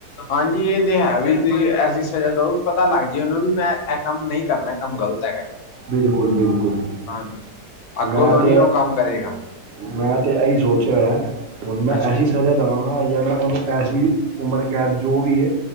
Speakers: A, on the left; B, on the right.
A: ਹਾਂਜੀ ਇਹ ਤੇ ਏ ਵੀ ਤੁਸੀਂ ਐਸੀ ਸਜ਼ਾ ਦਓ, ਪਤਾ ਲੱਗ ਜੇ ਉਹਨੂੰ ਵੀ ਮੈਂ ਇਹ ਕੰਮ ਨਹੀਂ ਕਰਨਾ ਕੰਮ ਗ਼ਲਤ ਹੈਗਾ।
B: ਬਿਲਕੁਲ-ਬਿਲਕੁਲ।
A: ਹਾਂਜੀ। ਅੱਗੋਂ
B: ਮੈਂ
A: ਤੋਂ
B: ਤੇ
A: ਨੀ
B: ਏ,
A: ਉਹ ਕੰਮ ਕਰੇਗਾ
B: ਮੈਂ ਤੇ ਇਹੀ ਸੋਚਿਆ ਹੋਇਆ। ਹੁਣ ਮੈਂ
A: ਅੱਛਾ
B: ਐਸੀ
A: ਜੀ
B: ਸਜ਼ਾ ਦੇਵਾਂਗਾ ਜਾਂ ਮੈਂ ਉਹਨੂੰ ਐਸੀ ਉਮਰ ਕੈਦ ਜੋ ਵੀ ਏ